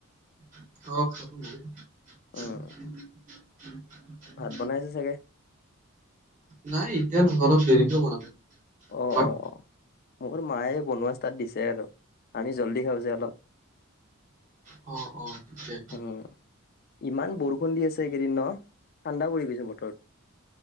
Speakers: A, on the right; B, on the left.
A: অ'।
B: উম
A: <unintelligible>
B: বনাইছে চাগে?
A: নাই এতিয়া নবনাও, অলপ দেৰিকে বনাম। তোমাৰ?
B: অ অ অ মোৰ মায়ে বনোৱা ষ্টাৰ্ট দিছে আৰু, আমি জলদি খাওঁ যে অলপ।
A: অ', অ'। ঠিকে
B: উম, ইমান বৰষুণ দি আছে এইকেইদিন নহ, ঠাণ্ডা পৰি গৈছে বতৰ।